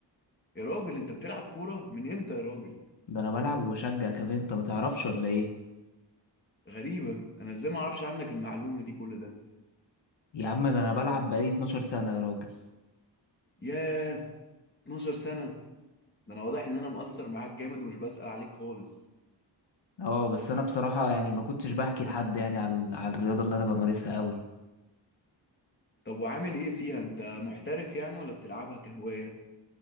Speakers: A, on the left; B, on the left.
A: يا راجل انت بتلعب كورة من امتى يا راجل
B: ده انا بلعب وبشجع كمان انت ما تعرفش ولا ايه
A: غريبة انا ازاي ما اعرفش عنك المعلومة دي كل ده
B: يا عم ده انا بلعب بقالي 12 سنه يا راجل
A: ياه 12 سنة ده انا واضح ان انا مقصر معاك جامد ومش بسأل عليك خالص
B: اه بس انا بصراحه يعني ما كنتش بحكي لحد يعني على على الرياضه اللي انا بمارسها قوي
A: طب وعامل ايه فيها انت محترف يعني ولا بتلعبها كهواية